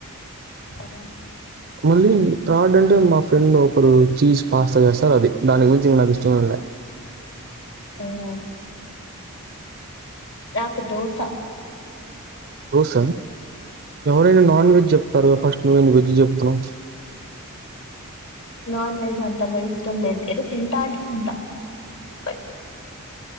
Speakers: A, on the left; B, on the right.
A: అవునా
B: మళ్ళీ ఫ్రాడ్ అంటే మా ఫ్రెండ్ ఒకరు చీజ్ పాస్తా చేస్తార్ అది దాని గురించి ఇంగ నాకు చూల్య
A: అవునా నాకు దోశ
B: దోసా ఎవరైనా నాన్ వెజ్ చెప్తరు ఫస్ట్ నువ్వేమో వెజ్ చెప్తున్నవ్
A: నాన్ వెజ్ అంతగా ఇష్టం లేదు. ఏదో తింటా అంటే తింటా బట్